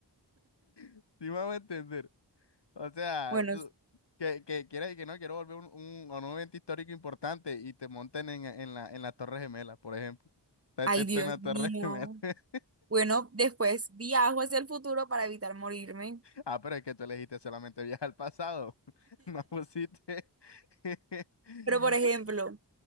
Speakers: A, on the left; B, on the right.
A: Sí me va a entender. O sea,
B: bueno,
A: tú- que, que quieras y que no, quiero volver un, un, a un evento histórico importante y te monten en, en la, en la Torre Gemela, por ejemplo. Te
B: ay
A: te- te
B: Dios
A: en la
B: mío.
A: Torre Gemela. <laughs>
B: Bueno, después viajo hacia el futuro para evitar morirme.
A: Ah, pero es que tú elegiste solamente viajar al pasado. <laughs> No pusiste... <laughs>
B: Pero, por ejemplo,